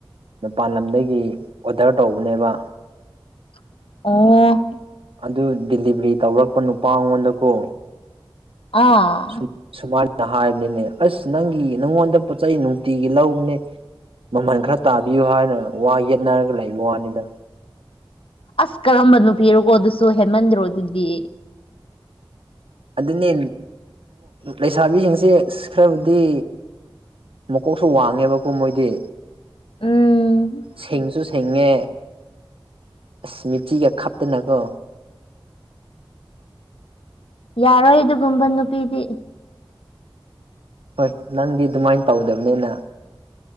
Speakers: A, on the right; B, on the left.
A: ꯃꯄꯥꯟ ꯂꯝꯗꯒꯤ ꯑꯣꯗꯔ ꯇꯧꯕꯅꯦꯕ
B: ꯑꯣ
A: ꯑꯗꯨ ꯗꯦꯂꯤꯚꯔꯤ ꯇꯧꯔꯛꯄ ꯅꯨꯄꯥ ꯉꯣꯟꯗꯀꯣ
B: ꯑꯣ
A: ꯁꯨꯝ ꯁꯨꯃꯥꯏꯅ ꯍꯥꯏꯕꯅꯤꯅꯦ ꯑꯁ ꯅꯪꯒꯤ ꯅꯪꯉꯣꯟꯗ ꯄꯣꯠ ꯆꯩ ꯅꯨꯡꯇꯤꯒꯤ ꯂꯧꯕꯅꯦ ꯃꯃꯜ ꯈꯔ ꯇꯥꯕꯤꯌꯨ ꯍꯥꯏꯅ ꯋꯥ ꯌꯦꯠꯅꯔꯒ ꯂꯩꯕ ꯋꯥꯅꯤꯗ
B: ꯑꯁ ꯀꯔꯝꯕ ꯅꯨꯄꯤꯔꯣꯀꯣ ꯑꯗꯨꯁꯨ ꯍꯦꯃꯟꯗ꯭ꯔꯣ ꯑꯗꯨꯗꯤ
A: ꯑꯗꯨꯅꯦ ꯂꯩꯁꯥꯕꯤꯁꯤꯡꯁꯦ ꯈꯔꯕꯨꯗꯤ ꯃꯀꯣꯛꯁꯨ ꯋꯥꯡꯉꯦꯕꯀꯣ ꯃꯣꯏꯗꯤ
B: ꯎꯝ
A: ꯁꯤꯡꯁꯨ ꯁꯤꯡꯉꯦ ꯑꯁ ꯃꯤꯆꯤꯒ ꯈꯞꯇꯅꯀꯣ
B: ꯌꯥꯔꯣꯏ ꯑꯗꯨꯒꯨꯝꯕ ꯅꯨꯄꯤꯗꯤ
A: ꯍꯣꯏ ꯅꯪꯗꯤ ꯑꯗꯨꯃꯥꯏꯅ ꯇꯧꯗꯕꯅꯤꯅ